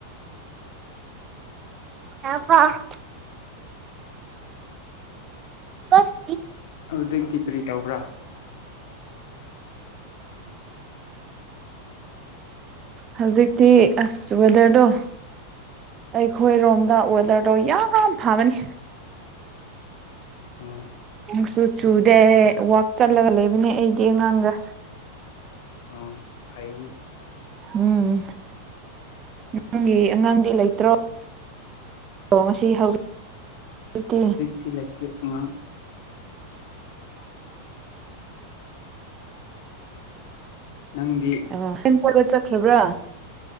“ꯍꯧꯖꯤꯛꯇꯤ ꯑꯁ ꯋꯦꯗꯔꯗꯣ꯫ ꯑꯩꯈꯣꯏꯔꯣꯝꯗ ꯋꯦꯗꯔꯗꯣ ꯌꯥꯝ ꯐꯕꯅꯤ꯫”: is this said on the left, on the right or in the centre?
Right